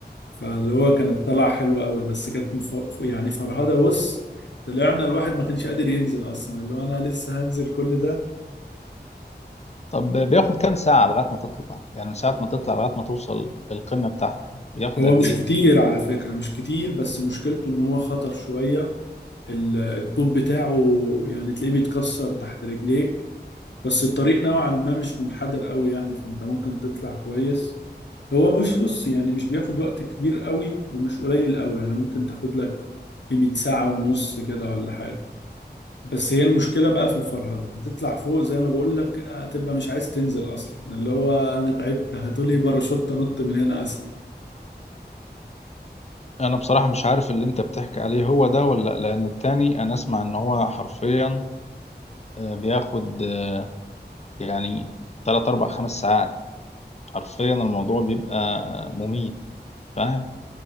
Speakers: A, on the left; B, on the left.
A: فاللي هو كانت طلع حلو قوي بس كانت مف- يعني فرهده بص طلعنا الواحد ما كانش قادر ينزل اصلا اللي هو انا لسه هنزل كل ده
B: طب بياخد كام ساعة لغاية ما تطلع يعني من ساعة ما تطلع لغاية ما توصل القمة بتاعته بياخد
A: هو
B: قد
A: مش
B: ايه
A: كتير على فكره مش كتير بس مشكلته ان هو خطر شويه ال- الطوب بتاعه يعني تلاقيه بيتكسر تحت رجليك بس الطريق نوعا ما مش منحدر قوي يعني فانت ممكن تطلع كويس هو مش بص يعني مش بياخد وقت كبير قوي ومش قليل قوي يعني ممكن تاخد لك قيمة ساعة ونص كده ولا حاجة بس هي المشكلة بقى في الفرهدة هتطلع فوق زي ما بقول لك هتبقى مش عايز تنزل أصلا اللي هو أنا تعبت هتقولي باراشوت أنط من هنا أسهل
B: انا بصراحة مش عارف اللي انت بتحكي عليه هو ده ولا لأ، لان التاني انا اسمع ان هو حرفيا آه، بياخد آه، يعني 3 4 5 ساعات حرفيا الموضوع بيبقى آه، مميت فاهم